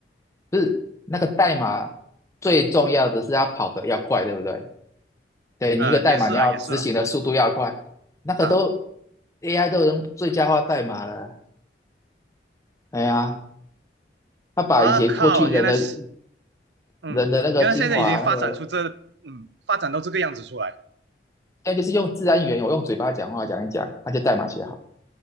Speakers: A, on the left (about 15°); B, on the right (about 75°).
A: 不是那个代码最重要的是要跑得要快，对不对？对你一个代码你要执行的速度要快，
B: 呃，也是啦，也是啦，
A: 那个都
B: 啊，
A: AI 都能最佳化代码了。哎呀，他把一些过去人的
B: 我靠，原来是，嗯，
A: 人的那个精华那个。
B: 原来现在已经发展出这，嗯，发展到这个样子出来，
A: 现在就是用自然语言，我用嘴巴讲话讲一讲，他就代码写好了。